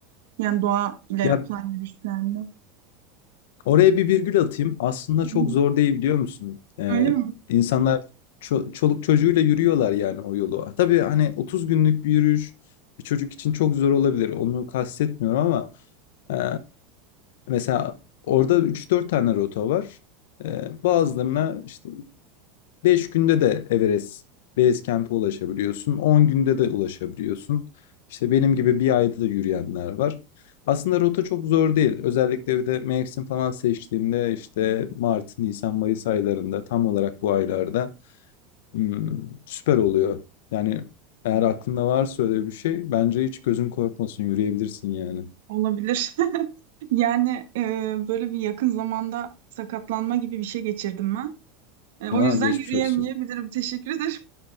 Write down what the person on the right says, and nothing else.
Yani doğa ile
yapılan yürüyüşlerde.
Hı
hı.
Öyle mi?
Olabilir. <laughs> Yani e, böyle bir yakın zamanda sakatlanma gibi bir şey geçirdim ben. E, o
yüzden
yürüyemeyebilirim.
Teşekkür ederim.